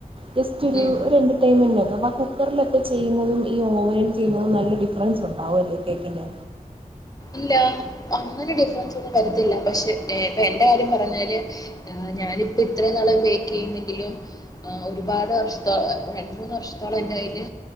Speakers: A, on the right; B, on the left.
A: ജസ്റ്റൊരു
B: ഉം
A: ഒര് എന്റർടൈൻമെന്റകാം ആ കുക്കറിലൊ <unintelligible> ഓവനിൽ ചെയ്യുന്നത് നല്ല ഡിഫ്‌റൻസ് ഉണ്ടാവൂവല്ലേ കേക്കിന്?
B: ഇല്ല അങ്ങനെ ഡിഫ്‌റൻസ് ഒന്നു ഉണ്ടാവത്തില്ല, പഷേ എ പ്പ എന്റെ കാര്യം പറഞ്ഞപോലെ ഞാനിപ്പിത്രേ നാള് ബേക്ക് ചെയ്യെന്നെങ്കിലും ഒരുപാട് വർഷം പ്പ രണ്ട് മൂന്ന് വർഷം ത്തോളം എന്റെ കയ്യില്